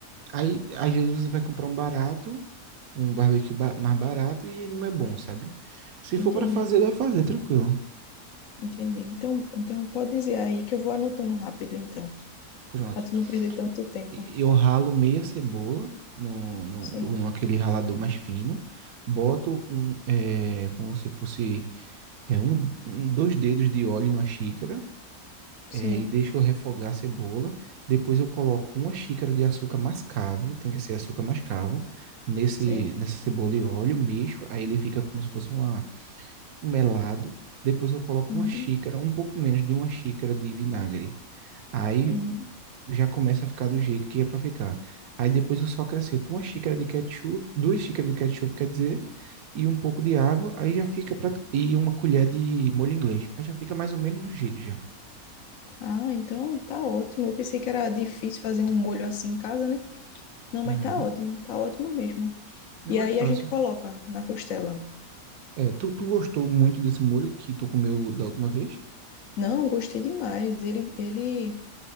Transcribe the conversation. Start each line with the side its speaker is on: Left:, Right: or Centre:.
Right: Aí, às vezes, você vai comprar um barato, um barbecue ba- mais barato e não é bom, sabe? Se
Left: Entendi,
Right: for para fazer, dá pra fazer, tranquilo.
Left: entendi. Então, então pode dizer aí que eu vou anotando rápido, então,
Right: Pronto.
Left: para tu não perder tanto tempo.
Right: E- Eu ralo meia cebola no, no,
Left: Sim.
Right: no, naquele ralador mais fino. Boto um, é, como se fosse é, um, um- dois dedos de óleo em uma xícara. é,
Left: Sim,
Right: e deixo refogar a cebola. Depois eu coloco uma xícara de açúcar mascavo, tem que ser açúcar mascavo, nesse,
Left: sim.
Right: nessa cebola e óleo, mexo, aí ele fica como se fosse uma, um melado. Depois eu coloco
Left: Uhum,
Right: uma xícara, um pouco menos de uma xícara de vinagre. Aí
Left: uhum.
Right: já começa a ficar do jeito que é para ficar. Aí depois eu só acrescento uma xícara de ketchup, duas xícaras de ketchup, quer dizer, e um pouco de água, aí já fica pra... e uma colher de molho inglês. Aí já fica mais ou menos do jeito já.
Left: Ah, então tá ótimo. Eu pensei que era difícil fazer um molho assim em casa, né? Não, mas
Right: Uhum.
Left: tá ótimo, tá ótimo mesmo.
Right: Não
Left: E aí
Right: é fácil.
Left: a gente coloca na costela.
Right: É, tu, tu gostou muito desse molho que tu comeu da última vez?
Left: Não, gostei demais. Ele, ele,